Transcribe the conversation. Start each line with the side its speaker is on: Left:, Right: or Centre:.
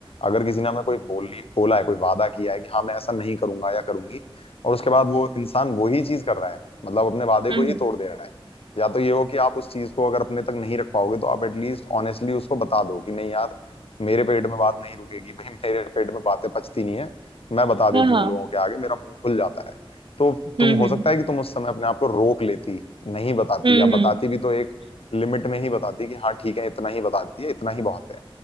Left: अगर किसी ने हमें कोई बोली बोला है कोई वादा किया है कि हाँ मैं ऐसा नहीं करूंगा या करूंगी और उसके बाद वो इंसान वही चीज कर रहा है मतलब अपने वादे
Right: हम्म
Left: को ही तोड़ दे रहा है या तो ये हो कि आप उस चीज को अगर अपने तक नहीं रख पाओगे तो आप एटलीस्ट ऑनेस्टली उसको बता दो कि नहीं यार मेरे पेट में बात नहीं रुकेगी भाई मेरे पेट में बातें पचती नहीं है मैं बता देती
Right: हाँ हाँ
Left: हूँ लोगों के आगे मेरा मुंह खुल जाता है तो
Right: हम्म
Left: तुम हो
Right: हम्म
Left: सकता है कि तुम उस समय अपने आप को रोक लेती नहीं बताती
Right: हम्म
Left: या
Right: हम्म,
Left: बताती भी तो एक लिमिट में ही बताती है कि हाँ ठीक है इतना ही बताती है इतना ही बहुत है